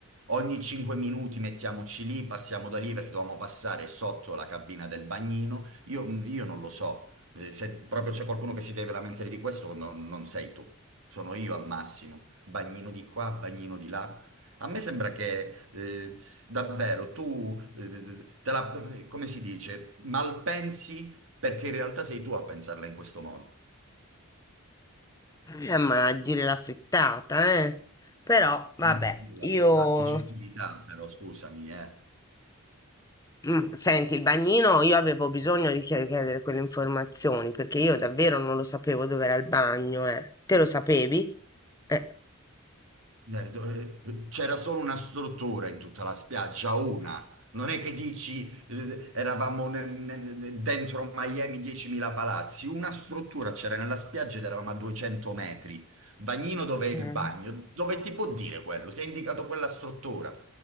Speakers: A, on the right (about 65°); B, on the left (about 15°).
A: Ogni 5 minuti mettiamoci lì, passiamo da lì perché dovevamo passare sotto la cabina del bagnino. Io, mm, io non lo so, Eh, se proprio c'è qualcuno che si deve lamentare di questo, non non sei tu, sono io al massimo. Bagnino di qua, bagnino di là. A me sembra che eh, Davvero, tu eh, te la, eh, come si dice, malpensi perché in realtà sei tu a pensarla in questo modo.
B: Eh, ma a dire la frittata, eh. Però vabbè,
A: Non è la
B: io
A: la tua oggettività, però scusami, eh.
B: Mm, Senti, il bagnino, io avevo bisogno di chied- chiedere quelle informazioni perché io davvero non lo sapevo dove era il bagno, eh. Te lo sapevi? Eh.
A: Eh, do- eh, C'era solo una struttura in tutta la spiaggia, una. Non è che dici eh, eravamo nel- nel- dentro Miami 10.000 palazzi, una struttura c'era nella spiaggia ed eravamo a 200 metri. Bagnino dov'è il
B: Eh.
A: bagno? Dove ti può dire quello? Ti ha indicato quella struttura.